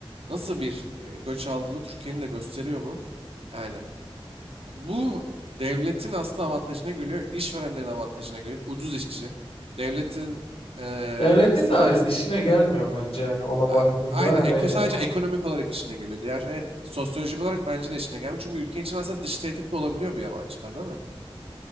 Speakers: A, on the right; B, on the left.
A: Nasıl bir e, göç aldığını Türkiye'nin de gösteriyor bu. Yani bu devletin aslında avantajına geliyor, işverenlerin avantajına geliyor. Ucuz işçi, devletin e,
B: Devletin
A: sanayisinde
B: de işine gelmiyor
A: e,
B: bence yani ona
A: Ha,
B: baktığında
A: Aynen.
B: yani
A: Eko sadece
B: ya.
A: ekonomik olarak işine geliyor. Diğer evet sosyolojik olarak bence de işine gelmiyor. Çünkü ülke için aslında dış tehdit de olabiliyor bu yabancılar değil mi?